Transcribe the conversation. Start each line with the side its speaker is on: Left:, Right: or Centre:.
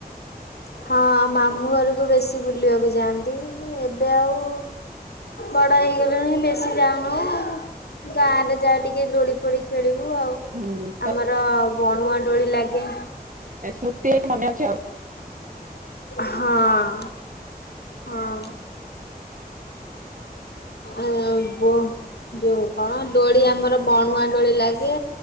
Left: ହଁ ମାମୁଁ ଘରକୁ ବେଶୀ ବୁଲିବାକୁ ଯାଆନ୍ତି ଏବେ ଆଉ ବଡ ହେଇଗଲେଣି ବେଶୀ ଯାଉନୁ ଗାଁରେ ଯାହା ଟିକେ ଦୋଳି ଫୋଳି ଖେଳିବୁ ଆଉ।
Right: ହୁଁ
Left: ଆମର ବଣୁଆ ଡୋଳି ଲାଗେ।
Right: ଏ ସ୍ମୃତି ହେଇକି ମନେ ଅଛି ଆଉ।
Left: ହଁ ହଁ। ଆ ବୋ ଯୋଉ କଣ ଦୋଳି ଆମର ବଣୁଆ ଡୋଳି ଲାଗେ